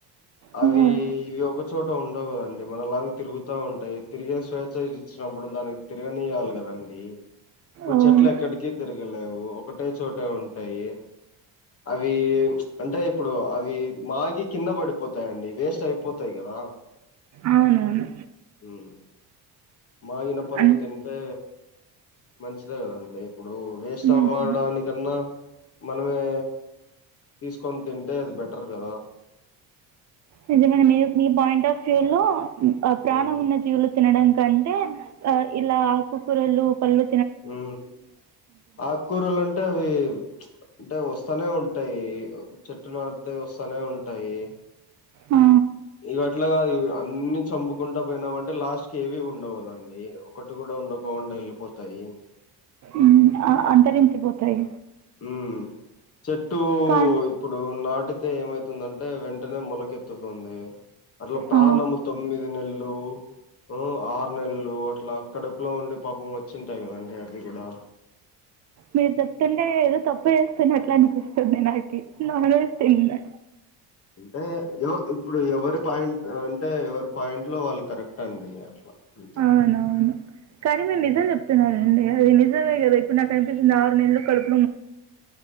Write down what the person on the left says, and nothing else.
అవి ఇవి ఒకచోట ఉ గాండి మన లాగా తిరుగుతా ఉంటాయి తిరిగే స్వేచ్ఛ చ్చినప్పుడు దానికి తిరగనియాలి కదండి ఈ
చెట్లు ఎక్కడికి తిరగలేవు ఒకటే చోటే ఉంటాయి అవి అంటే ఇప్పుడు అవి మాగి కింద పడిపోతాయిండి వేస్ట్ అయిపోతాయి కదా
ఉమ్. మాగిన పళ్ళు
తింటే మంచిదే కదండి ఇప్పుడు వేస్ట్
అవ్వడానికన్నా మనమే తీసుకొని తింటే అది బెటర్ కదా
ఉమ్
ఉ ఆకుకూరలు అంటే అవి అంటే వస్తే వస్తనే ఉంటాయి చెట్టు నాడితే వస్తనే ఉంటాయి
ఇవి అట్లా కాదు ఇ అన్ని చంపుకుంటా పోయినామంటే లాస్ట్ క ఏవి ఉండవదండి ఒకటి కూడా ఉండకోకుండా వెళ్ళిపోతాయి
ఉమ్ చెట్టు
ఇప్పుడు నాటి అతే ఏమైతుందంటే వెంటనే మెలకెత్తుతుంది అట్లా ప్రాణము
తొమ్మిది నెల్లు ఉమ్ ఆ నెల్లు అట్లా కడుపులో ఉండి పాపం వచ్చింటాయి కదండి అవి కూడా
అంటే ఇప్పుడు ఎవరి పా అంటే ఎవరి పాయింట్ లో వాళ్ళు కరెక్ట్ అండి అట్లా అంతే
హ్మ్